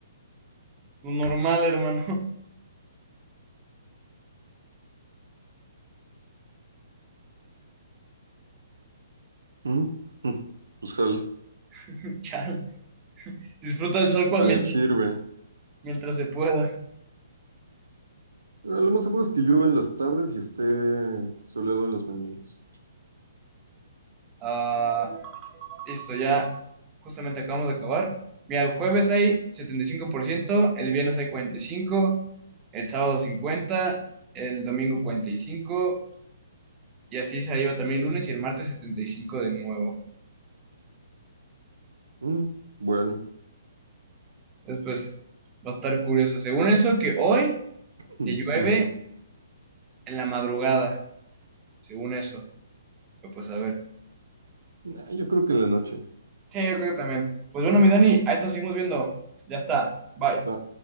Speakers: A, on the right (about 20°); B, on the right (about 75°).
A: Normal, hermano.
B: ¿Mm? Mm. Pues jala,
A: <laughs> Chal. Disfruta del sol cuando,
B: me
A: mientras,
B: sirve.
A: mientras se pueda.
B: Ah, Lo más seguro es que llueva en las tardes y esté soleado en las mañanas.
A: Ah, listo, ya justamente acabamos de acabar. Mira, el jueves hay setenta y cinco por ciento el viernes hay 45%, el sábado 50%, el domingo cuarenta y cinco por ciento, y así se iba también el lunes y el martes 75% de nuevo.
B: Mm, Bueno,
A: Después va a estar curioso. Según eso, que hoy
B: Mm,
A: te llueve
B: mm.
A: en la madrugada, según eso. Pero, Pues a ver.
B: Nah, yo creo que en la noche.
A: Sí, yo creo que también. Pues bueno, mi Dani, ahí te seguimos viendo. Ya está. Bye.
B: Va.